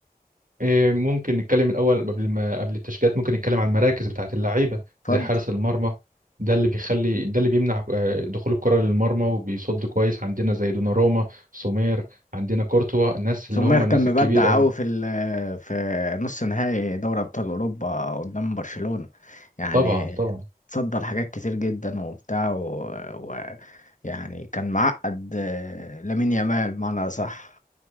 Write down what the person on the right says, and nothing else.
إيه، ممكن نتكلم الاول قبل ما قبل التشكيلات ممكن نتكلم عن المراكز بتاعت اللعيبة
زي حارس المرمى ده اللي بيخلي ده اللي بيمنع آه، دخول الكرة للمرمى وبيصد كويس عندنا زي دوناروما سومير عندنا كورتوا الناس
اللي هم الناس
الكبيرة أوي
دي.
طبعا طبعا